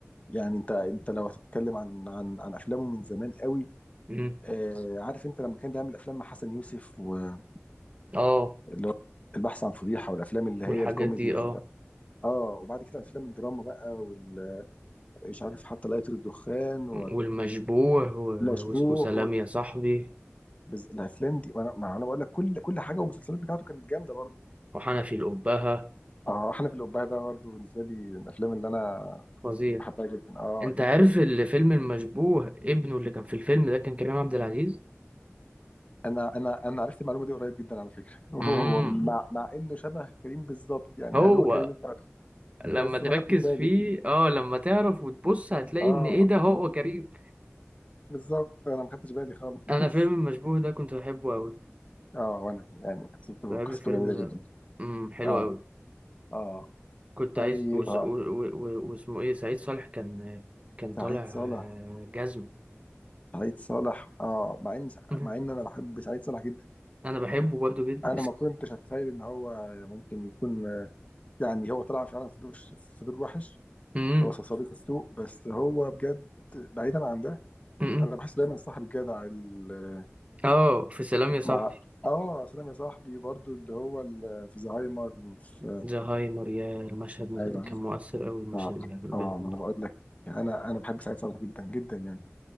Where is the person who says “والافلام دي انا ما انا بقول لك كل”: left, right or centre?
Left